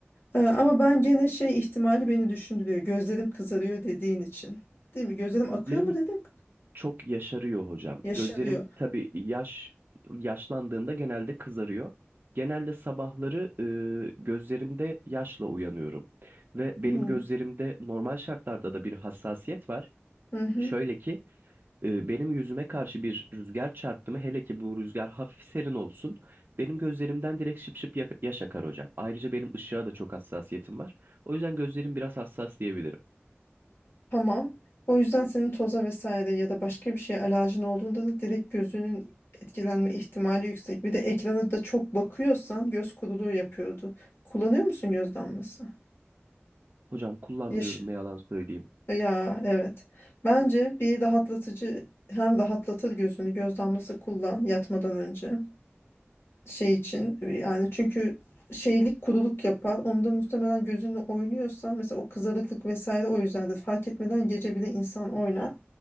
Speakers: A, on the left; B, on the right.
A: Ee, ama ben gene şey ihtimali beni düşündürüyor. Gözlerim kızarıyor dediğin için. Değil mi? Gözlerim akıyor
B: Gözlerim
A: mu dedin?
B: çok yaşarıyor hocam.
A: Yaşarıyor.
B: Gözlerim tabii yaş yaşlandığında genelde kızarıyor. Genelde sabahları e, gözlerimde yaşla uyanıyorum. Ve benim
A: Hı
B: gözlerimde normal şartlarda da bir hassasiyet var.
A: hı.
B: Şöyle ki e, benim yüzüme karşı bir rüzgar çarptı mı hele ki bu rüzgar hafif serin olsun benim gözlerimden direkt şıp şıp ya- yaş akar hocam. Ayrıca benim ışığa da çok hassasiyetim var. O yüzden gözlerim biraz hassas diyebilirim.
A: Tamam. O yüzden senin toza vesaire ya da başka bir şeye alerjin olduğunda da direkt gözünün etkilenme ihtimali yüksek. Bir de ekrana da çok bakıyorsan göz kuruluğu yapıyordu. Kullanıyor musun göz damlası?
B: Hocam kullanmıyorum
A: Yaş.
B: ne yalan söyleyeyim.
A: Ya evet. Bence bir rahatlatıcı hem rahatlatır gözünü göz damlası kullan yatmadan önce. şey için yani çünkü şeylik kuruluk yapar. Onda muhtemelen gözünle oynuyorsan mesela o kızarıklık vesaire o yüzdendir. Fark etmeden gece bile insan oynar.